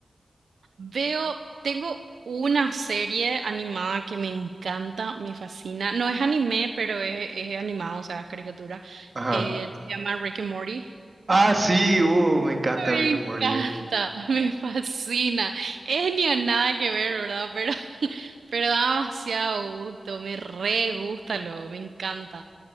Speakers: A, on the right; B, on the right.
A: Veo, tengo una serie animada que me encanta, me fascina. No es anime, pero es, es animado, o sea, es caricatura.
B: Ajá.
A: Eh, se llama Rick and Morty.
B: Ah, sí, uh, me encanta
A: Me
B: Rick
A: encanta,
B: and Morty.
A: <laughs> me fascina. Es ni a nada que ver, ¿verdad? Pero, <laughs> pero da demasiado gusto, me re gusta, lo, me encanta.